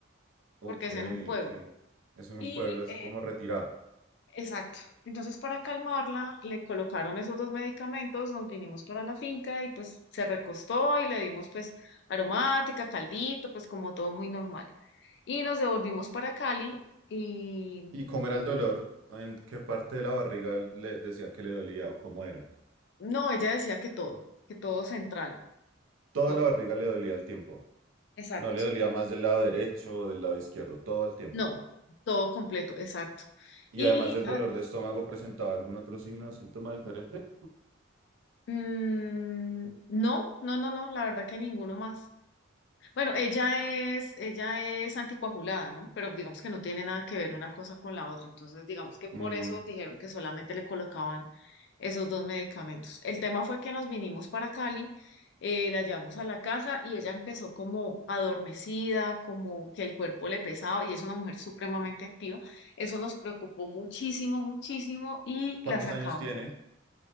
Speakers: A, on the right; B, on the left.
A: Ok,
B: porque es en un pueblo.
A: ok. Es en
B: Y
A: un pueblo así
B: eh,
A: como retirado.
B: Exacto. Entonces, para calmarla, le colocaron esos dos medicamentos, nos vinimos para la finca y pues se recostó y le dimos pues aromática, caldito, pues como todo muy normal. Y nos devolvimos para Cali y
A: ¿Y cómo era el dolor? ¿En qué parte de la barriga le decía que le dolía o cómo era?
B: no, ella decía que todo, que todo central,
A: Toda
B: todo.
A: la barriga le dolía al tiempo.
B: Exacto.
A: No le dolía más del lado derecho o del lado izquierdo, todo al tiempo.
B: No, todo completo, exacto.
A: Y
B: Y
A: además del
B: ah,
A: dolor de estómago, ¿presentaba algún otro signo o síntoma diferente?
B: mm, no, no, no, no, la verdad que ninguno más. Bueno, ella es, ella es anticoagulada, ¿no? Pero digamos que no tiene nada que ver una cosa con la otra. Entonces, digamos que por
A: Mm,
B: eso dijeron que solamente le colocaban esos dos medicamentos. El tema fue que nos vinimos para Cali, eh, la llevamos a la casa y ella empezó como adormecida, como que el cuerpo le pesaba y es una mujer supremamente activa. Eso nos preocupó muchísimo, muchísimo y
A: ¿cuántos
B: la sacamos.
A: años tiene?